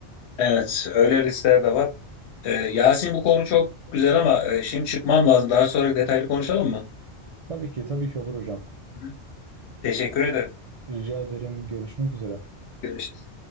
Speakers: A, on the left (about 70°); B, on the right (about 65°).
A: evet, öyle riskler de var. Ee, Yasin bu konu çok güzel ama e, şimdi çıkmam lazım. Daha sonra detaylı konuşalım mı?
B: Tabii ki tabii ki olur hocam.
A: Hı. Teşekkür ederim.
B: Rica ederim görüşmek üzere.
A: Görüşürüz.